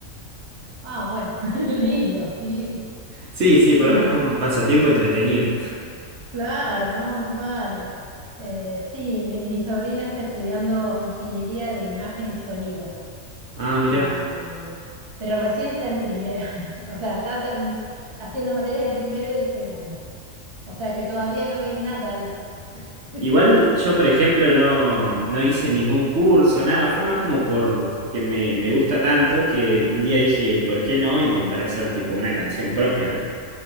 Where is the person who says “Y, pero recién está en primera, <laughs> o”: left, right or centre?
Right